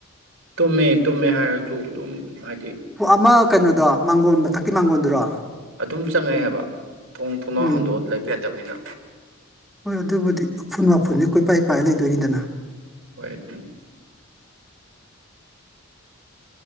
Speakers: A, on the right; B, in the centre.
A: ꯇꯨꯝꯃꯦ ꯇꯨꯝꯃꯦ ꯍꯥꯏꯔꯁꯨ ꯑꯗꯨꯝ ꯍꯥꯏꯗꯤ
B: ꯍꯣ ꯑꯃ ꯀꯩꯅꯣꯗꯣ ꯃꯥꯡꯒꯣꯟ ꯃꯊꯛ ꯀꯤ ꯃꯥꯡꯒꯣꯟꯗꯨꯔꯣ
A: ꯑꯗꯨꯝ ꯆꯪꯉꯦ ꯍꯥꯏꯕ ꯊꯣꯡ ꯊꯣꯡꯅꯥꯎ
B: ꯎꯝ
A: ꯍꯥꯡꯗꯣꯛꯑ ꯂꯩꯕ ꯌꯥꯗꯕꯅꯤꯅ
B: ꯍꯣꯏ ꯑꯗꯨꯕꯨꯗꯤ ꯎꯐꯨꯟ ꯋꯥꯢꯐꯨꯟꯗꯤ ꯀꯣꯏꯄꯥꯏ ꯄꯥꯏ ꯂꯩꯗꯣꯏꯅꯤꯗꯅ
A: <unintelligible>